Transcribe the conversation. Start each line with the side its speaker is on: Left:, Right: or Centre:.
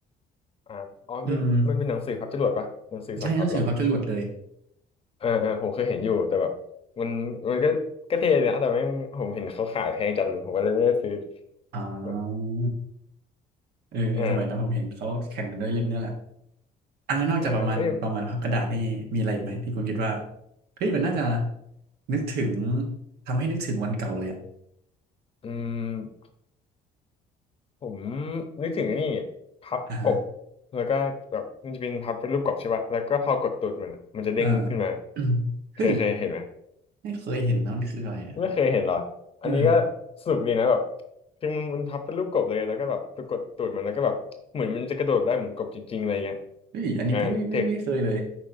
Left: อ่าอ๋อมันมันเป็นหนังสือพับจรวดปะหนังสือสอนพับเหรอ
Right: อืมใช่หนังสือพับจรวดเลย
Left: เออเออผมเคยเห็นอยู่แต่แบบมันมันก็ก็เท่ดีนะแต่แม่งผมเห็นเขาขายแพงจัดเลยผมก็เลยไม่ได้ซื้อ
Right: อ๋อ
Left: แบบ
Right: เออเออสมัยนั้นผมเห็นเขาแข่งกันด้วยเล่มเนี้ยแหละ
Left: เออ
Right: อันแล้วนอกจากประมาณประมาณพับกระดาษนี่มีอะไรอีกไหมที่คุณคิดว่า
Left: อ่าเอ้ย
Right: เฮ้ยมันน่าจะนึกถึงทำให้นึกถึงวันเก่าเลยอะ
Left: อืมผมนึกถึงไอ้นี่พับกบ
Right: อ่าฮะ
Left: แล้วก็แบบมันจะเป็นพับเป็นรูปกบใช่ป่ะแล้วก็พอกดตูดมันอะมันจะเด้งขึ้นมา
Right: อ่าอืมเฮ้ย
Left: เคยเคยเห็นไหม
Right: ไม่เคยเห็นนะมันคืออะไรอ่ะ
Left: ไม่เคยเห็นเหรออันนี้ก็
Right: เออ
Left: สนุกดีนะแบบคือมันมันพับเป็นรูปกบเลยแล้วก็แบบไปกดตูดมันแล้วก็แบบเหมือนมันจะกระโดดได้เหมือนกบจริงๆอะไรเงี้ย
Right: เฮ้ยอันนี้พี่ไม่ไม่ไม่เคยเลย
Left: อ่าเด็ก